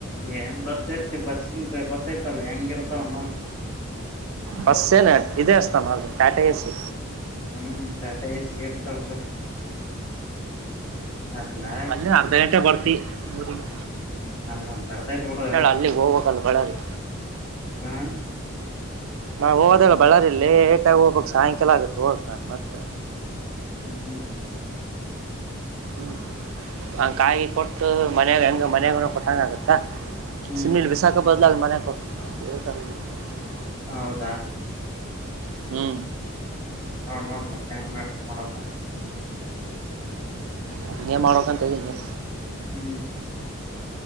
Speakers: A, on the left (about 70°); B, on the right (about 75°).
A: ಏನ್ ಬಸ್ ಇರ್ತಿ ಬಸಿದ್ ಗೊತ್ತೈತಲ್ಲಾ ಹೆಂಗ ಇರ್ತಾವ ನೋಡ
B: ಬಸ್ ಏನ್ ಇದೆೇ ಅತ ಟಾಟಾ ಎ ಸಿ
A: ಹ್ ಟಾಟಾ ಎಸಿ ಇರ್ತಾವ ಬಿಡು <unintelligible>
B: ಅಲ್ಲಿ ಎನ್ ಅರ್ಧ ಗಂಟೆ ಬರ್ತಿ ಊರಿಗೆ
A: ಅಲ್ಲ ಬರ್ತೈತಿ ಬಿಡು
B: ಅಲ್ಲಿಗೆ ಹೋಗ್ಬೇಕಲ್ಲ ಬಳ್ಳಾರಿ
A: ಹಾ.
B: ನಾ ಹೋದಲ್ಲ ಬಳ್ಳಾರಿ ಅಲ್ಲಿ ಲೇಟಾಗಿ ಹೋಗ್ಬೇಕ್ ಸಾಯಂಕಾಲ ಆಗುತ್ತ ಹೋಗಕ ಮತ್ತ
A: ಹುಂ
B: ಹುಂ ಹಂಗ ಕಾಯಿ ಕೊಟ್ಟು ಮನೆಯಾಗ ಹೆಂಗ ಮನೆಯಾಗ ಕೊಟ್ಟಂಗ ಆಗತ್ತಾ
A: ಹ್ಮ್
B: ಸಿಮನಿಲ್ಲಿ ಬಿಶಾಖ ಬದಲ ಮನಾಗ <unintelligible>
A: ಹೌದಾ
B: ಹ್ಞೂ
A: ನೋಡ ನೋಡ ಮತ್ ಹೆಂಗ ಮಾಡರ್ತ ನೋಡಪ್ಪ
B: ಹಂಗೆ ಮಾಡಬೇಕಂತ ಇದ್ದೀನಿ
A: ಹುಂ